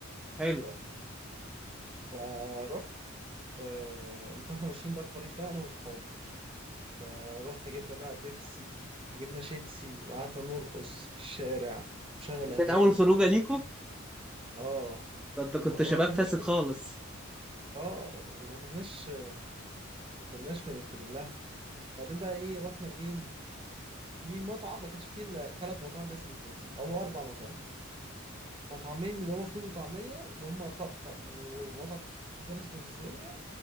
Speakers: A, in the centre; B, on the right.
A: حلو
B: ف- فرحت آه، فاحنا ماشيين بقى الطريق ده انا واصحابي فروحنا جبنا بقى بيبسي وجبنا شيبسي وقعدنا نرقص في الشارع نشغل
A: دي
B: اغاني
A: كانت اول خروجة ليكم
B: اه
A: ده انت
B: وما
A: كنت شباب
B: كناش
A: فاسد خالص
B: اه وما كناش ما كناش مرتبين لها وبعدين بقى ايه رحنا فين في مطعم ما كانش فيه الا ثلاث مطاعم بس في الزقازيق او اربع مطاعم مطعمين اللي هو فول وطعميه اللي هم طقطق ومطعم تاني اسمه زيزانيا